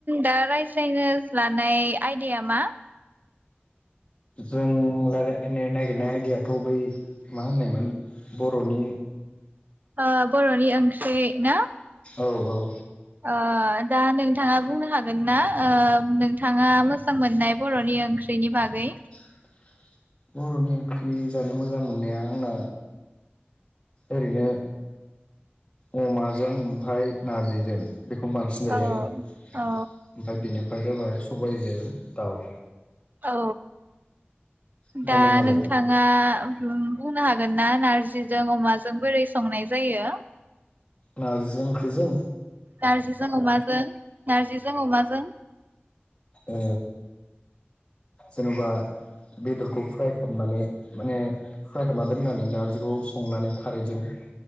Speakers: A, on the right; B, on the left.
A: दा रायज लानाय आयदाया मा
B: थाबाय जों रायलायनो नागिरनाय दायाथ बै मा होननायमोन बरनि
A: ओ बरनि ओंख्रि ना
B: औ औ
A: ओ दा नोंथाङा बुंनो हागोन ना ओ नोंथाङा मोजां मोननाय बरनि ओंख्रि बिनि बागै
B: <inaudible> बरनि ओंख्रि जानो मोजां मोननाया आंना ओरैनो अमाजों ओमफाय नारजिजों बेखौनो बांसिन जायो
A: औ
B: आङो ओमफाय
A: औ
B: बेनिफाय जाबाय सबाइजों दाउ
A: औ
B: ओमफ्राय
A: दा
B: नोंहालाय
A: नोंथाङा बुंनो हागोन ना नारजिजों अमाजों बोरै संनाय जायो
B: नारजिजों ओंख्रिजों
A: नारजिजों अमाजों नारजिजों अमाजों
B: ओ जेनबा बेदरखौ फ्राय खालामनानै माने फ्राय खालामना दोननानै नारजिखौ संनानै खारैजों <inaudible>